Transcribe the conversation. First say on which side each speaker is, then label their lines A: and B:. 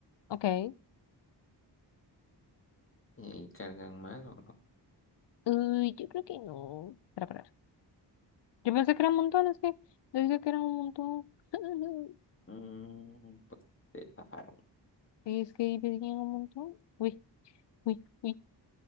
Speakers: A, on the left; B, on the left.
A: ok.
B: ¿Y ahí cargan mal o no?
A: Uy, yo creo que no. Espera, espera. Yo pensé que era un montón, es que decía que era un montón. <laughs>
B: Mm, pues te zafaron.
A: Y es que ahí decía un montón. Uy, uy, uy.